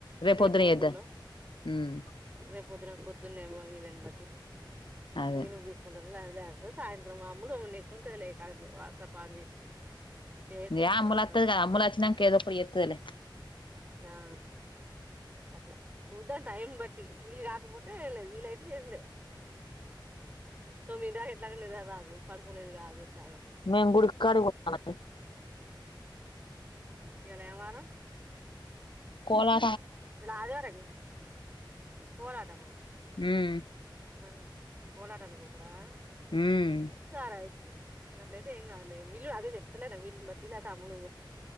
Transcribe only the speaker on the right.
రేపు
పొద్దున్నలోప్
రేప్ పద్దున పద్దున్నేమో వీలని బట్టి
నువ్వు ఎన్ బిక్కుంటనవ్ ఇంగ లేకపోతే సాయంత్రం అమ్ముడు నిట్టుంటది లే కడుపు వాట్స్ ఆప్ ఆన్ చేసి చేస్తారు
కదా
వాట్సాప్
ఆ అట్లా చూద్దం టైం బట్టి వీళ్ కాకపోతె లేదు వీళ్లైతె చేసేదె తొమ్మిది దాక ఎట్లాగా నిదర రాదు పడుకునేది కాదు ఎట్లాగో
ఈ యాల ఏం వారం
ఇవలా ఆదివారము కదా పోరాటమా
ఆహ కోలాటానికి పోతారా
సరా అయితే ఇంగ అట్లైతే ఏం గాదులే వీళ్ళు అదే చెప్తలేదా వీళ్ళని బట్టి లేకపోతే అమ్ములు